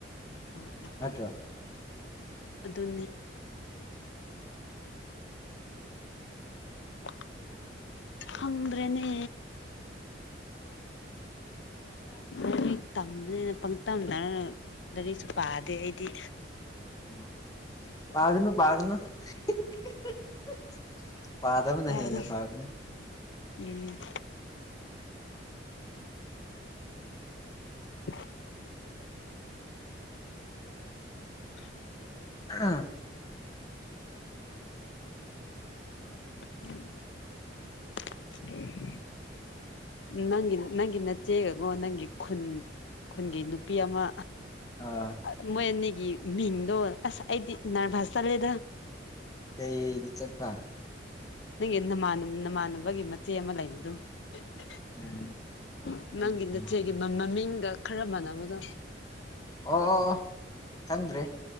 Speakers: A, on the left (about 75°); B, on the left (about 20°).
A: ꯑꯣ <unintelligible>
B: ꯅꯠꯇ꯭ꯔ
A: ꯑꯗꯨꯅꯤ <unintelligible> <unintelligible> ꯈꯪꯗ꯭ꯔꯦꯅꯦ
B: <unintelligible>
A: ꯂꯥꯏꯔꯤꯛ ꯇꯝꯕꯅꯦꯅ ꯄꯪꯇꯝ ꯇꯝꯔꯒ ꯂꯥꯏꯔꯤꯛꯁꯨ ꯄꯥꯗꯦ ꯑꯩꯗꯤ
B: ꯎꯝ ꯄꯥꯒꯅꯨ ꯄꯥꯒꯅꯨ <unintelligible> ꯄꯥꯗꯕꯅ
A: ꯇꯥꯔꯦ
B: ꯍ‌ꯦꯟꯅ ꯐꯥꯕꯅꯤ
A: ꯎꯝ <unintelligible> <unintelligible>
B: ꯍꯥ <unintelligible>
A: <unintelligible> <unintelligible> ꯅꯪꯒꯤ ꯅꯪꯒꯤ ꯅꯆꯦꯒꯀꯣ ꯅꯪꯒꯤ ꯈꯨꯟ ꯈꯨꯟꯒꯤ ꯅꯨꯄꯤ ꯑꯃ
B: ꯑꯥ
A: <unintelligible> ꯃꯣꯏ ꯑꯅꯤꯒꯤ ꯃꯤꯡꯗꯣ ꯑꯁ ꯑꯩꯗꯤ ꯅꯔꯚꯁ ꯆꯠꯂꯦꯗ
B: ꯀꯩ ꯆꯠꯄ
A: ꯅꯪꯒꯤ ꯅꯥꯃ ꯅꯃꯥꯟꯅꯕꯒꯤ ꯃꯆꯦ ꯑꯃ ꯂꯩꯕꯗꯨ <unintelligible>
B: ꯑꯣ ꯑꯩꯒꯤ
A: ꯅꯪꯒꯤ ꯅꯆꯦꯒꯤ
B: ꯑꯣ
A: ꯃ ꯃꯃꯤꯡꯒ ꯈꯔ ꯃꯥꯟꯅꯕꯗꯣ
B: ꯑꯣ ꯈꯪꯗ꯭ꯔ‌ꯦ